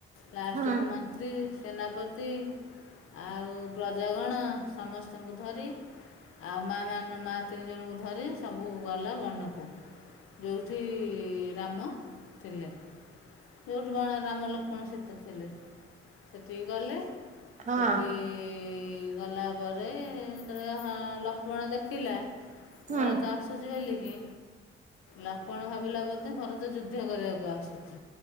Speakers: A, on the left; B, on the right.
A: ଲାଷ୍ଟକୁ
B: ହୁଁ
A: ମନ୍ତ୍ରୀ, ସେନାପତି ଆଉ ପ୍ରଜଗଣ ସମସ୍ତଙ୍କୁ ଧରି ଆଉ ମା ମାନେ ମା ତିନି ଜଣଙ୍କୁ ଧରି ସବୁ ଗଲା ବନକୁ। ଯଉଠି ରାମ ଥିଲେ। କଉଠୁ କଣ ରାମ ଲକ୍ଷ୍ମଣ ସୀତା ଥିଲେ। ସେଠିକି ଗଲେ
B: ହଁ
A: ସେଠି ଗଲା ପରେ ଯେତବଳେ ହଁ ଲକ୍ଷ୍ମଣ ଦେଖିଲା
B: ହୁଁ
A: ଭରତ ଆସୁ ଆସୁଛି ବୋଲି କିି ଲକ୍ଷ୍ମଣ ଭାବିଲା ବୋଧେ ଭରତ ଯୁଦ୍ଧ କରିବାକୁ ଆସୁଚି।